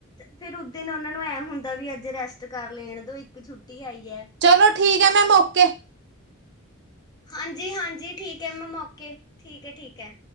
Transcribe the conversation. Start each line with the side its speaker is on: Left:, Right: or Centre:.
Left: ਫੇਰ ਓਅ ਦਿਨ ਉਹਨਾ ਨੂੰ ਐ ਹੁੰਦਾ ਵੀ ਅੱਜ ਰੈਸਟ ਕਰ ਲੇਣ ਦੋ ਇੱਕ ਛੁੱਟੀ ਆਈ ਐ।
Right: ਚਲੋ ਠੀਕ ਐ, ਮੈਮ ਓਕੇ।
Left: ਹਾਂਜੀ -ਹਾਂਜੀ ਠੀਕ ਐ ਮੈਮ ਓਕੇ, ਠੀਕ ਐ -ਠੀਕ ਐ।